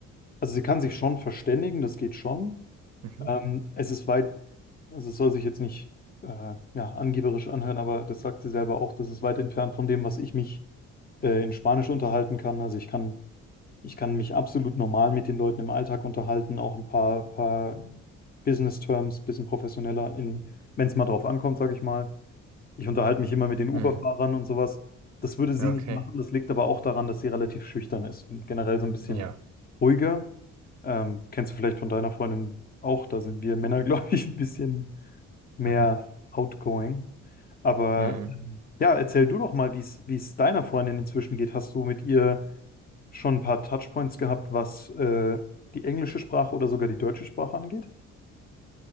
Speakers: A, on the left; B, on the right.
A: Also sie kann sich schon verständigen, das geht schon,
B: Mhm.
A: Ähm, es ist weit, also es soll sich jetzt nicht äh, ja, angeberisch anhören, aber das sagt sie selber auch, das ist weit entfernt von dem, was ich mich äh, in Spanisch unterhalten kann. Also ich kann, ich kann mich absolut normal mit den Leuten im Alltag unterhalten, auch ein paar, paar Business-Terms, bisschen professioneller, in, wenn es mal drauf ankommt, sage ich mal. Ich unterhalte mich immer mit den Uber-Fahrern
B: Hm.
A: und sowas. Das würde sie
B: Okay.
A: nicht machen, das liegt aber auch daran, dass sie relativ schüchtern ist und generell so ein bisschen
B: Ja.
A: ruhiger. Ähm, kennst du vielleicht von deiner Freundin auch? Da sind wir Männer, <laughs> glaube ich, ein bisschen mehr
B: <laughs>
A: outgoing. Aber
B: Mhm.
A: ähm, ja, erzähl du doch mal, wie es wie es deiner Freundin inzwischen geht. Hast du mit ihr schon ein paar Touchpoints gehabt, was äh, die englische Sprache oder sogar die deutsche Sprache angeht?